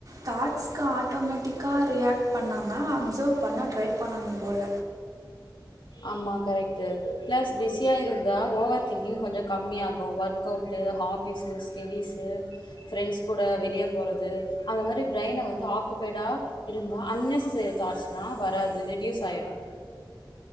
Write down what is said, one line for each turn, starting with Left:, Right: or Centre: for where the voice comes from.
Right: காட்ஸ்க்கு ஆட்டோமேட் டிக்கா ரியாக்ட் பண்ணாம அப்சர்வ் பண்ண ட்ரை பண்ணணும் போல
Left: ஆமா கரெக்ட்டு பிளஸ் பிஸியா இருந்தா ஓவர் திங்கிங் கொஞ்சம் கம்மிய ஆகும் work out hobbies studies friends கூட வெளிய போறது அந்த மாரி பிரைன்ன வந்து ஆக்குபைடா இருந்தா அநெசசரி தாட்ஸ்லாம் வராது ரெடியூஸ் ஆய்டும்